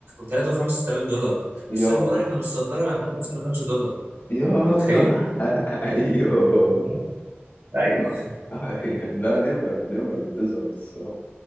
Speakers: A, on the right; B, on the left.
A: 3 و 5000 دولار
B: يا
A: الصين بيقول
B: الله
A: احنا متصدرها لامريكا اصلا ب 5 دولار
B: يا
A: انت
B: الله
A: متخيل؟
B: <laughs> ايوه
A: <laughs> ايوه
B: آه. أيوه. لا نمر نمر بتظهر الصراحة